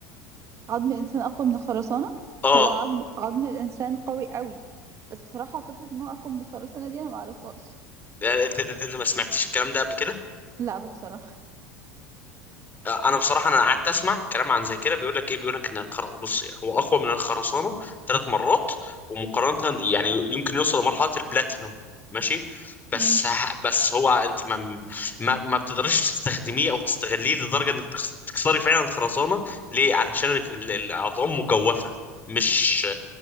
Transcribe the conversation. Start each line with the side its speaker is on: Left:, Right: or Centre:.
Right: عظم الانسان اقوى من الخرسانه
Left: اه
Right: هو عظم عظم الانسان قوي قوي بس بصراحه فكره ان هو اقوى من الخرسانه دي انا ما اعرفهاش
Left: يعني انت انت- انت ما سمعتش الكلام ده قبل كده؟
Right: لا بصراحه
Left: انا بصراحه انا قعدت اسمع كلام عن زي كده بيقول لك ايه بيقول لك ان الخر... بص يعني هو اقوى من الخرسانه ثلاث مرات ومقارنه يعني يمكن يوصل لمرحله البلاتينوم ماشي بس
Right: امم
Left: بس هو انت ما ما, ما بتقدريش تستخدميه او تستغليه لدرجه انك تخس- تكسري فعلا الخرسانه ليه علشان ال- ال- العظام مجوفه مش